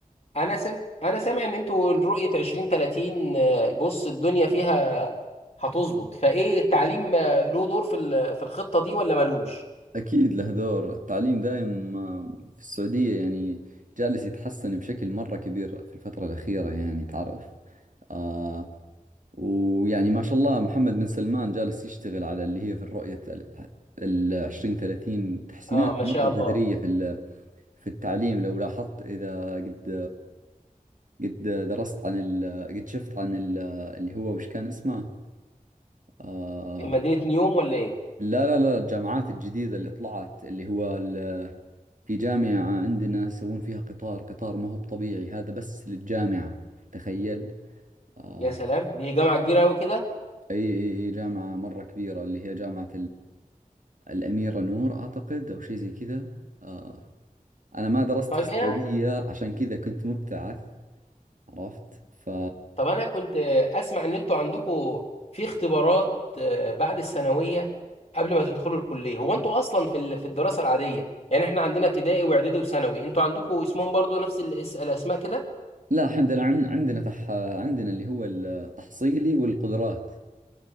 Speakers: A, on the left; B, on the right.
A: انا سم... انا سامع ان انتوا رؤيه 2030 آه، بص الدنيا فيها هتظبط فايه التعليم آه، له دور في ال- في الخطه دي ولا ملوش
B: أكيد له دور التعليم دائم آه، في السعودية يعني جالس يتحسن بشكل مرة كبير في الفترة الأخيرة يعني تعرف آه ويعني ما شاء الله محمد بن سلمان جالس يشتغل على اللي هي في الرؤية ال 20 30 تحسينات
A: اه ما
B: مرة
A: شاء
B: جذرية
A: الله
B: في ال- في التعليم لو لاحظت إذا قد قد درست عن ال قد شفت عن ال اللي هو وش كان اسمه آه
A: مدينه نيوم ولا ايه
B: لا لا لا الجامعات الجديدة اللي طلعت اللي هو ال- في جامعة عندنا يسوون فيها قطار قطار ما هو طبيعي هذا بس للجامعة تخيل آه
A: يا سلام دي جامعة كبيرة أوي كده
B: أي أي أي جامعة مرة كبيرة اللي هي جامعة الأميرة نور أعتقد أو شيء زي كذا آه أنا ما درست
A: طيب
B: في السعودية
A: إيه
B: عشان كذا كنت مبتعث عرفت ف
A: طب أنا كنت أسمع إن أنتوا عندكم في اختبارات آه، بعد الثانوية قبل ما تدخلوا الكلية هو أنتوا أصلا في ال- في الدراسة العادية يعني إحنا عندنا ابتدائي وإعدادي وثانوي أنتوا عندكم اسمهم برضو نفس الأس- الأسماء كده
B: لا عندنا عن- عندنا تح... عندنا اللي هو التحصيلي والقدرات